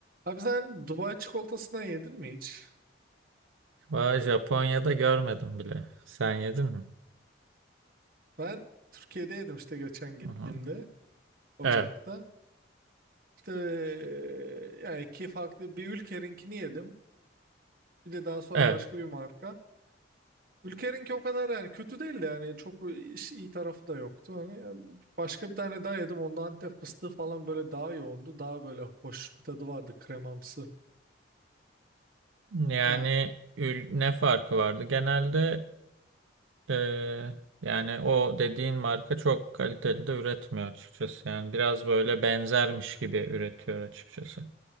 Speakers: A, on the right; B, on the right.
A: Abi sen Dubai çikolatasından yedin mi hiç?
B: Vay Japonya'da görmedim bile. Sen yedin mi?
A: Ben Türkiye'de yedim işte geçen gittiğimde
B: Aha.
A: Ocak'ta.
B: Evet.
A: İşte eee, yani iki farklı bir Ülker'inkini yedim. Bir de daha sonra
B: Evet.
A: başka bir marka. Ülker'inki o kadar yani kötü değildi yani çok iş- iyi tarafı da yoktu. Hani yani başka bir tane daha yedim. Onda Antep fıstığı falan böyle daha yoğundu. Daha böyle hoş bir tadı vardı kremamsı.
B: Yani
A: Ha,
B: ül- ne farkı vardı? Genelde e, yani o dediğin marka çok kaliteli de üretmiyor açıkçası. Yani biraz böyle benzermiş gibi üretiyor açıkçası.